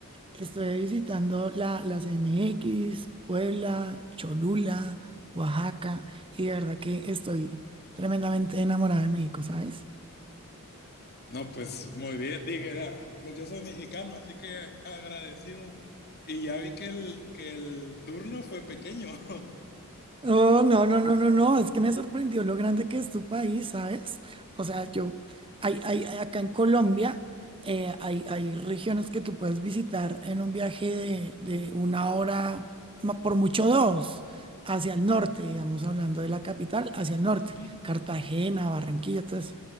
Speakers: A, on the right (about 25°); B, on the left (about 45°).
A: Estuve visitando la, la C M X, Puebla, Cholula, Oaxaca y de verdad que estoy tremendamente enamorada de México, ¿sabes?
B: No, pues muy bien, dije, "Ah, pues yo soy mexicano, así que agradecido. Y ya vi que el, que el turno fue pequeño. <laughs>
A: Oh, no, no, no, no, no, es que me sorprendió lo grande que es tu país, ¿sabes? O sea, yo, hay, hay, hay- acá en Colombia eh, hay, hay regiones que tú puedes visitar en un viaje de, de una hora, ma- por mucho dos, hacia el norte, digamos, hablando de la capital, hacia el norte,
B: Ujú.
A: Cartagena, Barranquilla, todo eso.